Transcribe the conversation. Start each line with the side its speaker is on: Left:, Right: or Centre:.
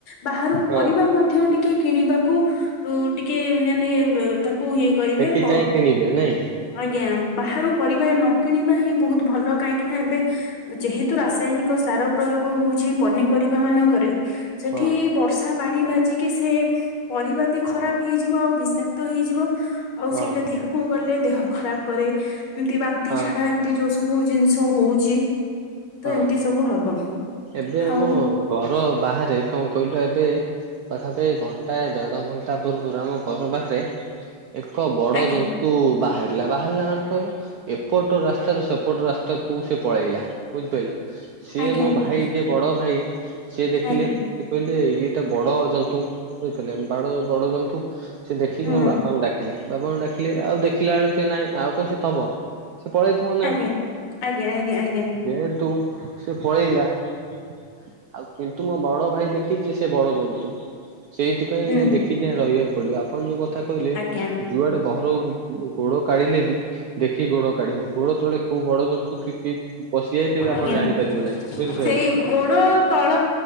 Left: ବାହାରୁ
Right: ହଁ
Left: ପରିବା ମଧ୍ୟ ଟିକେ କିଣିବାକୁ ଟିକେ ମାନେ ତାକୁ ଇଏ କରିବେ
Right: ସେଠି
Left: ବ
Right: ଯାଇ କିଣିବେ ନାଇଁ
Left: ଆଜ୍ଞା ବାହାରୁ ପରିବା ନ କିଣିବା ହିଁ ବହୁତ ଭଲ କାହିଁକି ନା ଏବେ ଯେହେତୁ ରାସାୟନିକ ସାର ପ୍ରୟୋଗ ହଉଛି ପନିପରିବା ମାନଙ୍କରେ ସେଠି
Right: ହଁ
Left: ବର୍ଷା ପାଣି ବାଜିକି ସେ ପରିବା ବି ଖରାପ ହେଇଯିବ ଆଉ ବିଷାକ୍ତ ହେଇଯିବ। ଆଉ
Right: ହଁ
Left: ସେଇଟା ଦେହକୁ ଗଲେ ଦେହ ଖରାପ କରେ ଏମିତି ବାନ୍ତି
Right: ହଁ
Left: ଝାଡା ଟି ଏ ଯୋଉ ସବୁ ଜିନିଷ ହଉଛି। ତ
Right: ହଁ
Left: ଏମିତି ସବୁ ହବ
Right: ଏବେ
Left: ଆଉ
Right: ଆମ ଘର ବାହାରେ କଣ କହିଲ ଏବେ ପାଖ ପାଖି ଘଣ୍ଟାଏ ଦେଢ ଘଣ୍ଟା ପୂର୍ବରୁ ଆମ ଘର ବାହାରେ ଏକ ବଡ
Left: ଆଜ୍ଞା
Right: ଜନ୍ତୁ ବାହାରେ ଲା ବାହାରିଲା ମାନଙ୍କର ଏପଟ ରାସ୍ତାରୁ ସେପଟ ରାସ୍ତା କୁ ପଳେଇଲା। ବୁଝିପାରିଲ ସିଏ
Left: ଆଜ୍ଞା
Right: ମୋ
Left: ଆଜ୍ଞା
Right: ଭାଇ ଯିଏ ବଡ ଭାଇ ସିଏ ଦେଖିଲେ
Left: ଆଜ୍ଞା
Right: ସେ କହିଲେ ଇଏଟା ବଡ ଜନ୍ତୁ ବୁଝିପାରିଲେ ବ ବଡଜନ୍ତୁ। ସେ ଦେଖିକି
Left: ହଁ
Right: ମୋ ବାପାଙ୍କୁ ଡାକିଲେ ବାପା ଙ୍କୁ ଡାକିଲେ ଆଉ ଦେଖିଲା ବେଳକୁ ସେ ନାଇଁ ଆଉ କଣ ସେ ଥବ। ସେ ପଳେଇଥିବ ନା
Left: ଆଜ୍ଞା
Right: ଆଉ।
Left: ଆଜ୍ଞା ଆଜ୍ଞା ଆଜ୍ଞା।
Right: ଯେହେତୁ ସେ ପଳେଇଲା ଆଉ କିନ୍ତୁ ମୋ ବଡ ଭାଇ ଦେଖିଚି ସେ ବଡ ଜନ୍ତୁ। ସେଇଥିପାଇଁ
Left: ହୁଁ
Right: ଏଇନା ଦେଖି ଚାହିଁ ରହିଆକୁ ପଡିବ। ଆପଣ ଯୋଉ କଥା କଇଲେ
Left: ଆଜ୍ଞା
Right: ଯୁଆଡେ ଗହରୋଉ ଗୋଡୋ କାଢିଲେ ବି ଦେଖିକି ଗୋଡ କାଢିବ ଗୋଡୋ ତଳେ କୋଉ ବଡ ଜନ୍ତୁ କି କିଏ ପଶିଯାଇଥିବେ ଆପଣ
Left: ଆଜ୍ଞା
Right: ଜାଣିପାରିବ ନାହିଁ ବୁଝିପାଇଲେ।
Left: ସେଇ ଗୋଡ ତଳ